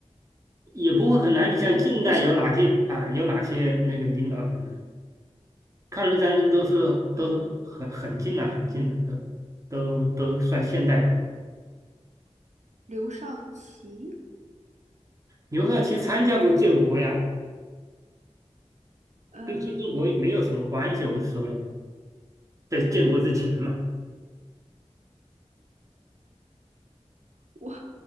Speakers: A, on the right; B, on the right.
A: 也不会很难。你像近代有哪些啊？
B: 我我想到
A: 有哪些那个领导人呢？抗日战争都是都是很很近了，
B: 呃
A: 很近了，都都都算现代吧。
B: 刘少奇，
A: 刘少奇参加过建国呀，
B: 呃
A: 跟新中国没有什么关系，我不是说了吗？在建国之前嘛，
B: 我